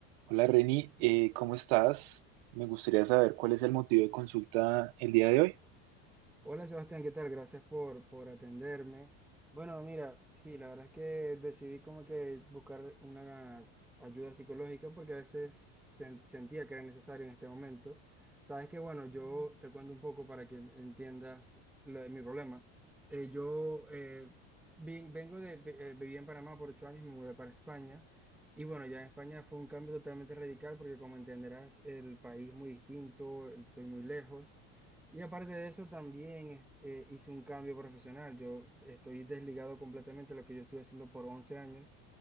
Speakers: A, on the right; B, in the centre.
A: Hola Reni, eh, ¿cómo estás? Me gustaría saber cuál es el motivo de consulta el día de hoy.
B: Hola Sebastián, ¿qué tal? Gracias por, por atenderme. Bueno, mira, sí, la verdad es que decidí como que buscar una ayuda psicológica porque a veces sen- sentía que era necesario en este momento. Sabes que, bueno, yo te cuento un poco para que entiendas lo de mi problema. Eh, yo eh, vi- vengo de, eh, viví en Panamá por ocho años, me mudé para España. Y bueno, ya en España fue un cambio totalmente radical porque como entenderás, el país muy distinto, estoy muy lejos. Y aparte de eso, también es- eh, hice un cambio profesional. Yo estoy desligado completamente de lo que yo estuve haciendo por 11 años